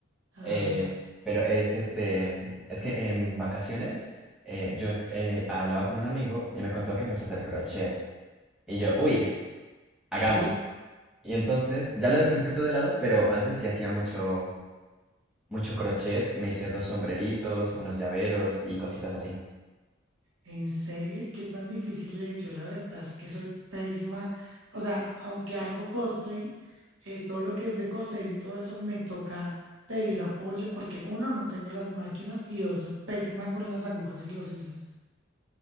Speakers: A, on the right; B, in the centre.
A: Ajá.
B: Eh, pero es este, mm, es que en vacaciones eh, yo eh, hablaba con un amigo y me contó que empezó a hacer crochet. Y yo, uy, hagamos.
A: Ok.
B: Y entonces, ya lo dejé un poquito de lado, pero antes sí hacía mucho, mucho crochet. Me hice dos sombreritos, unos llaveros y cositas así.
A: ¿En serio? ¿Y qué tan difícil es? Yo la verdad es que soy pésima. O sea, aunque hago cosplay, eh, todo lo que es de coser y todo eso, me toca pedir apoyo porque uno, no tengo las máquinas y dos, soy pésima con las agujas y los hilos.